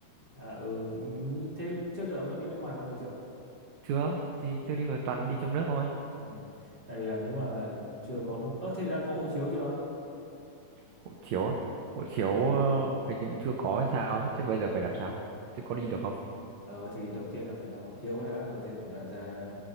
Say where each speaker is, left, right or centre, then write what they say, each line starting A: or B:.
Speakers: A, on the right; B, on the right.
A: à ừ thế trước giờ ông đã đi nước ngoài bao giờ chưa
B: Chưa, thì chưa đi vào toàn đi trong nước thôi.
A: ừ tại vì là nếu mà chưa có nước ơ thế đã có hộ chiếu chưa
B: hộ chiếu á
A: Ừ.
B: hộ chiếu ờ, hình như cũng chưa có hay sao ấy. thế bây giờ phải làm sao thế có đi được không
A: ờ thì đầu tiên là phải làm hộ chiếu cái đã đầu tiên phải là ra